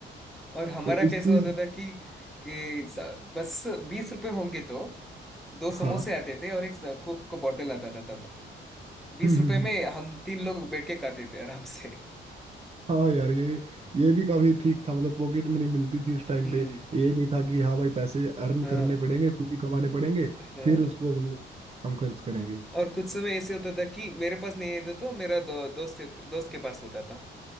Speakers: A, in the centre; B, on the right.
A: और हमारा
B: तो इस
A: कैसा
B: चीज़
A: होता था कि ये स- बस बीस रुपए होंगे तो दो समोसे
B: हाँ
A: आते थे और एक कोक का बॉटल आता था तब बीस
B: हम्म हम्म
A: रुपए
B: हम्म
A: में हम तीन लोग बैठ के खाते थे आराम से
B: हाँ यार ये ये भी काफी ठीक था मतलब पॉकेट मनी मिलती थी उस टाइम
A: हम्म
B: पे ये नहीं था कि हाँ भाई पैसे अर्न
A: हाँ
B: करने पड़ेंगे खुद ही कमाने पड़ेंगे
A: हाँ
B: फिर उसको मतलब हम खर्च करेंगे
A: और कुछ समय ऐसे होता था कि मेरे पास नहीं होता तो तो मेरा दो, दोस्त दोस्त के पास होता था